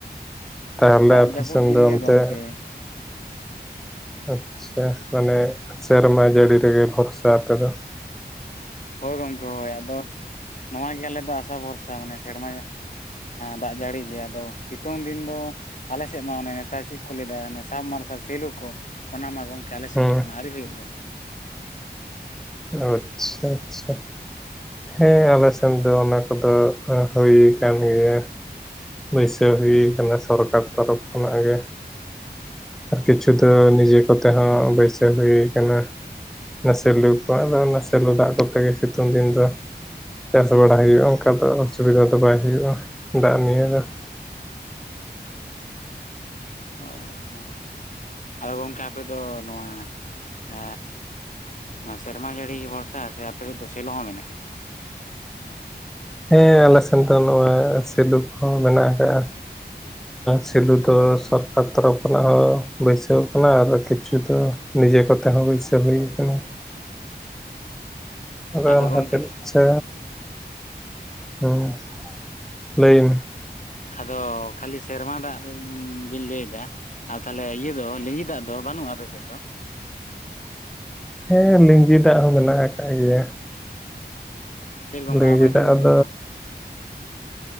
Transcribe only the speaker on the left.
ᱫᱟᱜ
ᱡᱟᱹᱯᱩᱫ ᱫᱤᱱ
ᱜᱮ
ᱜᱚᱝᱠᱮ
ᱦᱳᱭ ᱜᱚᱢᱠᱮ ᱦᱳᱭ ᱟᱫᱚ ᱱᱚᱣᱟ ᱜᱮ ᱟᱞᱮ ᱫᱚ ᱟᱥᱟ ᱵᱷᱚᱨᱥᱟ ᱢᱟᱱᱮ ᱥᱮᱨᱢᱟ ᱫᱟᱜ ᱡᱟᱹᱲᱤ ᱜᱮ ᱟᱫᱚ ᱥᱤᱛᱩᱝ ᱫᱤᱱ ᱫᱚ ᱟᱞᱮ ᱥᱮᱫ ᱢᱟ ᱚᱱᱮ ᱱᱮᱛᱟᱨ ᱪᱮᱫ ᱠᱚ ᱞᱟᱹᱭ ᱫᱟ ᱥᱟᱵ ᱢᱟᱨᱥᱟᱞ ᱥᱮᱞᱩ ᱠᱚ ᱚᱱᱟ ᱢᱟ ᱜᱚᱢᱠᱮ ᱟᱞᱮ ᱥᱮᱫ
ᱢᱟᱠᱷᱟᱱ ᱟᱹᱣᱨᱤ ᱦᱩᱭᱩᱜ ᱫᱚ
ᱚ ᱟᱫᱚ ᱜᱚᱢᱠᱮ ᱟᱯᱮ ᱫᱚ ᱱᱚᱣᱟ ᱮ ᱱᱚᱣᱟ ᱥᱮᱨᱢᱟ ᱡᱟᱹᱲᱤ ᱜᱮ ᱵᱷᱚᱨᱥᱟ ᱥᱮ ᱟᱯᱮ ᱥᱮᱫ ᱫᱚ ᱥᱮᱞᱚ ᱦᱚᱸ ᱢᱮᱱᱟᱜᱼᱟ?
ᱟᱫᱚ ᱜᱚᱢᱠᱮ
ᱟᱫᱚ ᱠᱷᱟᱹᱞᱤ ᱥᱮᱨᱢᱟ ᱫᱟᱜ ᱵᱤᱱ ᱞᱟᱹᱭ ᱮᱫᱟ ᱟᱨ ᱛᱟᱦᱚᱞᱮ ᱤᱭᱟᱹ ᱫᱚ ᱞᱤᱸᱡᱤ ᱫᱟᱜ ᱫᱚ ᱵᱟᱹᱱᱩᱜᱼᱟ ᱟᱯᱮ ᱥᱮᱫ ᱫᱚ?
ᱪᱮᱫ ᱜᱚᱢᱠᱮ
<unintelligible> ᱟᱯᱮ
ᱥᱮᱫ ᱫᱚ